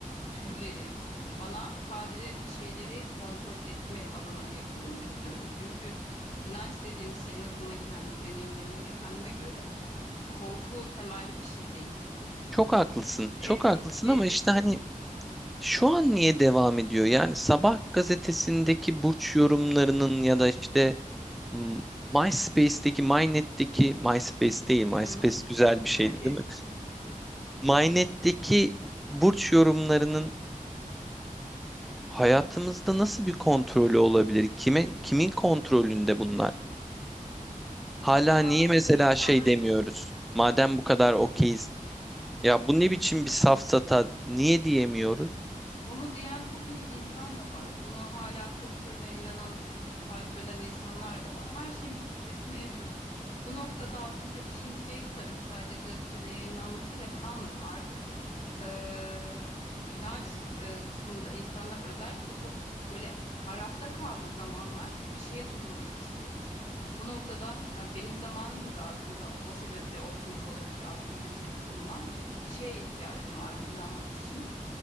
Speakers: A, on the left; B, in the centre.
A: türleri e, bana sadece bir şeyleri kontrol etme adına yapıldığını düşünüyorum. Çünkü inanç dediğimiz şey en azından kendi deneyimlerime ve kendime göre korku temelli bir şey değil kesinlikle.
B: Çok haklısın, çok
A: Sevgi,
B: haklısın
A: sevgi
B: ama işte
A: üzerim.
B: hani şu an niye devam ediyor? Yani sabah gazetesindeki burç yorumlarının ya da işte m, MySpace'teki, MyNet'teki, MySpace değil, MySpace
A: Hı hı.
B: güzel bir
A: <laughs>
B: şeydi
A: Eski.
B: değil mi?
A: Evet.
B: Mynet'teki burç yorumlarının hayatımızda nasıl bir kontrolü olabilir? Kime, kimin kontrolünde bunlar? Hala
A: Valla
B: niye
A: aslında
B: mesela
A: insanların
B: şey demiyoruz? Madem bu kadar okeyiz, ya bu ne biçim bir safsata niye diyemiyoruz?
A: Bunu diyen çok in- insan da var. Bunu hala körü körüne inanan, takip eden insanlar da var. Her şeyin bir kitlesi mevcut. Bu noktada aslında işin şey tarafı sadece gazetede yayınlanmasıyla kalmıyor. Artık e, inanç e, kısmında insanlar özellikle çok böyle arafta kaldığı zamanlar bir şeye tutunmak istiyor. Bu noktada ben benim zamanımda da aslında o sebeple oluşmuş olabilir astrolojiye tutunmam. Çünkü bir şeye ihtiyacım vardı inanmak için.